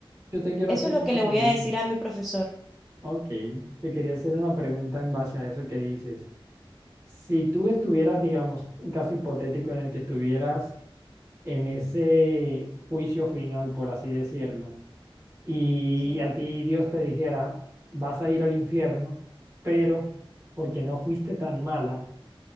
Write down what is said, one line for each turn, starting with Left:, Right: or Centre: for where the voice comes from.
Right: yo te quiero
Centre: Eso
Right: hacer
Centre: es lo
Right: una
Centre: que le
Right: pregunta.
Centre: voy a decir a mi profesor.
Right: Ok, te quería hacer una pregunta en base a eso que dices. Si tú estuvieras, digamos, un caso hipotético en el que estuvieras en ese juicio final, por así decirlo, y
Centre: Sí,
Right: a ti Dios te dijera, vas a ir al infierno, pero porque no fuiste tan mala,